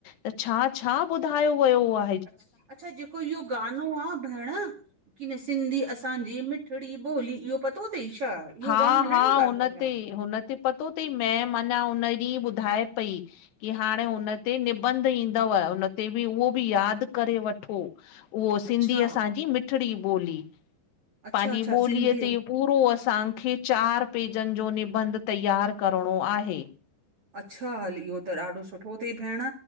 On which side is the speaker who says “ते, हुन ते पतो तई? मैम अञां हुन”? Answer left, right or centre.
Left